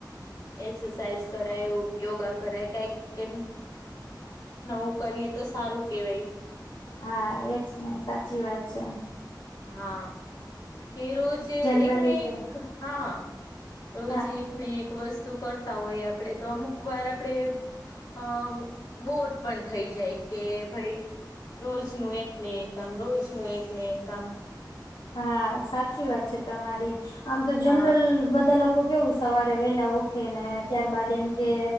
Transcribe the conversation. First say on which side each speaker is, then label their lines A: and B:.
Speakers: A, on the left (about 50°); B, on the left (about 75°).
A: એક્સરસાઇઝ કરાય યો-યોગા કરાય કાઈક કેમ નવું કરીએ તો સારું કેવાય.
B: હા, એજ ને સાચી વાત છે.
A: હા, કે રોજ છે
B: જનરલી
A: એક ને
B: તો
A: એક હા રોજ
B: હા
A: એક ને એક વસ્તુ કર તા હોય આપડે તો અમુક વાર આપડે અહ અમ્મ બોર પણ થઈ જાય કે ભઈ રોજનું એક ને એક કામ રોજનું એક ને એક કામ
B: હા, સાચી વાત છે તમારી આમ તો
A: હા
B: જનરલ બધા લોક કો કેવું સવારે વેલા ઉઠે ને ત્યારબાદ એમ કે